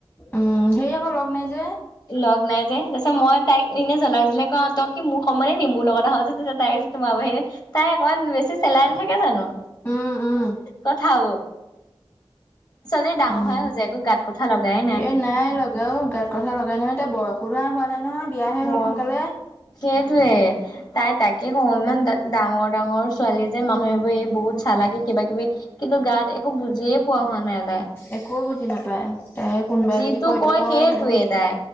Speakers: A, on the left (about 20°); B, on the left (about 45°).
A: উম, সেই আকৌ লগ নাই যে
B: লগ নাই যে, তাৰপিছত মই তাইক এনে জ্বলাই জ্বলাই কও তই কি মোক সময় নি মোৰ লগত আহ তাই তোমাৰ বাহিৰে তাই অকমান বেছি চেলাই নাথাকে জানো
A: উম, উম,
B: কথাও, ছোৱালীজনী ডাঙৰ
A: উম,
B: হৈ হৈছে একো গাত কথা লগাই
A: এ নাই লগাই অ' গাত কথা লগাই নহয় তাই বয়সো নাই হোৱা নাই নহয় বিয়াহে
B: মই
A: হ'ল সোনকালে
B: সেইটোৱে তাই তাকে কওঁ ইমান ডাঙৰ ডাঙৰ ছোৱালী যে মানুহবোৰে বহুত চালাকি কিবা কিবি। কিন্তু গাত একো বুজিয়ে পোৱা হোৱা নাই তাই
A: একো বুজি নাপায় তাই কোনোবাই
B: যিটো
A: যদি কয় এইটো কৰ
B: সেইটোৱে
A: সেইটো
B: তাই